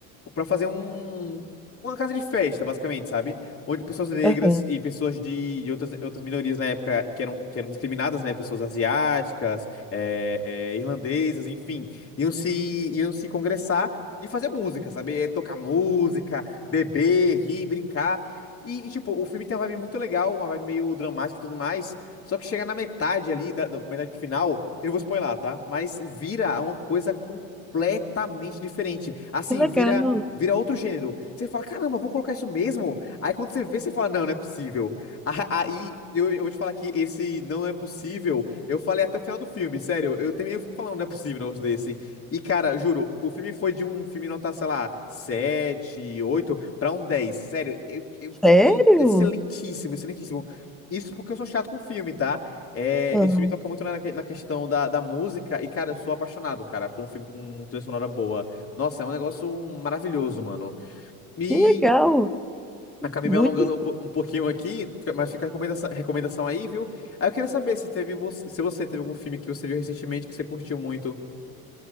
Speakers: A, on the left; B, in the centre.
A: para fazer um uma casa de festa, basicamente, sabe? Onde pessoas negras
B: Aham.
A: e pessoas de de outras, outras minorias na época que eram, que eram discriminadas, né? Pessoas asiáticas, eh, eh, irlandesas, enfim, iam se, iam se congressar e fazer música, sabe? Eh, Tocar música, beber, rir, brincar. E, e, tipo, o filme tem uma vibe muito legal, uma vibe meio dramática e tudo mais. Só que chega na metade ali, da, da metade pro final, eu não vou spoiler, tá? Mas vira uma coisa completamente diferente. Assim,
B: Que legal.
A: vira Vira outro gênero. Você fala, caramba, vou colocar isso mesmo? Aí quando você vê, você fala, não, não é possível. A- Aí eu, eu vou te falar que esse não é possível. Eu falei até o final do filme, sério. Eu terminei o filme falando, não é possível um negócio desse. E, cara, juro, o filme foi de um filme nota, sei lá, 7, 8 pra um 10, Sério, eu, eu-
B: Sério?
A: filme é excelentíssimo, excelentíssimo. Isso porque eu sou chato com filme, tá? É,
B: Ah,
A: esse filme toca muito na, na questão da, da música. E, cara, eu sou apaixonado, cara, por um filme com uma trilha sonora boa. Nossa, é um negócio maravilhoso, mano. E
B: que legal.
A: acabei
B: Muito
A: me alongando um, po- um pouquinho aqui, mas fica a recomendação, recomendação aí, viu? Aí eu queria saber se teve você, se você teve algum filme que você viu recentemente que você curtiu muito.